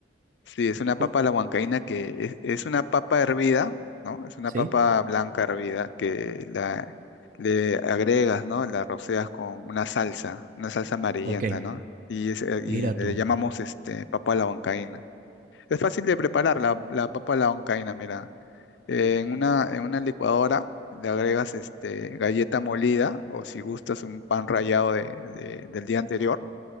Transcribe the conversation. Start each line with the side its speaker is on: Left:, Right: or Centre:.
Left: Sí, es una papa
Right: ¿Cómo?
Left: a la huancaína que es, es una papa hervida, ¿no? Es una
Right: Sí.
Left: papa blanca hervida que la, le agregas, ¿no? La roceas con una salsa, una salsa amarillenta,
Right: Ok.
Left: ¿no? Y, es, eh, y
Right: Mira
Left: le
Right: tú.
Left: llamamos este, papa a la huancaína. Es fácil de preparar la, la papa a la huancaína, mira. Eh, en una, en una licuadora le agregas este, galleta molida o si gustas un pan rallado de- de- del día anterior